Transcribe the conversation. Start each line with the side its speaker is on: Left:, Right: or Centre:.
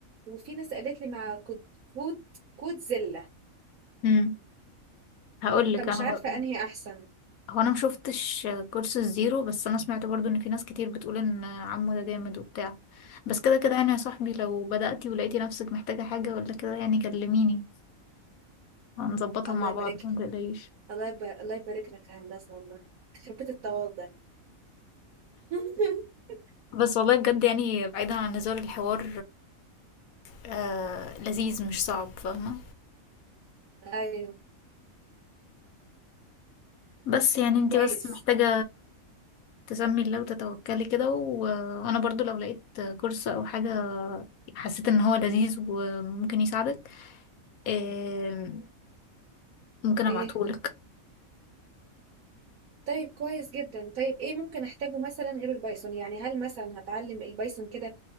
Right: وفي ناس قالت لي مع كود كود كودزيلا،
Left: امم هقول
Right: فمش
Left: لك أنا
Right: عارفة
Left: بقى
Right: أنهي أحسن.
Left: هو أنا مشوفتش كورس الزيرو بس أنا سمعت برضو إن في ناس كتير بتقول إن عمو ده جامد وبتاع بس كده كده يعني يا صاحبي لو بدأتي ولقيتي نفسك محتاجة حاجة ولا كده يعني كلميني هنظبطها
Right: الله
Left: مع
Right: يبارك
Left: بعض
Right: لك،
Left: ما تقلقيش
Right: الله يب الله يبارك لك يا هندسة والله، يخرب بيت التواضع. <laughs>
Left: بس والله بجد يعني بعيدا عن هزار الحوار آه لذيذ مش صعب فاهمة
Right: أيوه،
Left: بس يعني انتي
Right: كويس.
Left: بس محتاجة تسمي الله وتتوكلي كده و... وانا برضو لو لقيت كورس او حاجة حسيت ان هو لذيذ وممكن يساعدك آه، ممكن ابعتهولك
Right: إيه؟ طيب كويس جدًا. طيب إيه ممكن أحتاجه مثلًا غير البايثون؟ يعني هل مثلًا هاتعلم البايثون كده